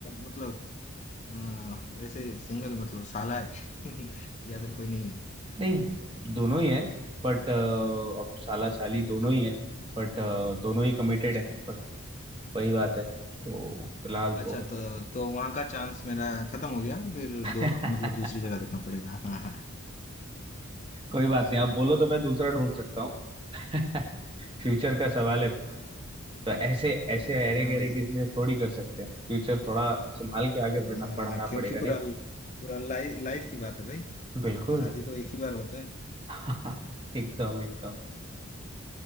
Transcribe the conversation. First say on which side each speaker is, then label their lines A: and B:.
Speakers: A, on the left; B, on the right.
A: मतलब अ, वैसे सिंगल मतलब साला है <laughs> या फिर कोई नहीं है
B: नहीं दोनों ही है बट अब साला साली दोनों ही है बट दोनों ही कमिटेड
A: अच्छा
B: है बट वही बात है तो फिलहाल
A: अच्छा
B: तो
A: तो तो वहां का चांस मेरा खत्म हो गया फिर
B: <laughs>
A: दो मतलब दूसरी जगह देखना पड़ेगा हाँ हाँ
B: कोई बात
A: चलो
B: नहीं आप बोलो तो मैं दूसरा ढूंढ सकता हूँ <laughs> फ्यूचर का सवाल है
A: हाँ
B: तो ऐसे ऐसे अरे
A: हाँ
B: गहरे
A: भाई
B: किसी से थोड़ी कर सकते हैं फ्यूचर थोड़ा संभाल के आगे
A: हाँ
B: बढ़ना
A: हाँ
B: बढ़ाना
A: हाँ, क्योंकि
B: पड़ेगा
A: पूरा
B: नहीं
A: पूरा लाइफ लाइफ की बात है भाई
B: बिल्कुल
A: शादी तो एक ही बार होता है
B: <laughs> एकदम एकदम
A: हाँ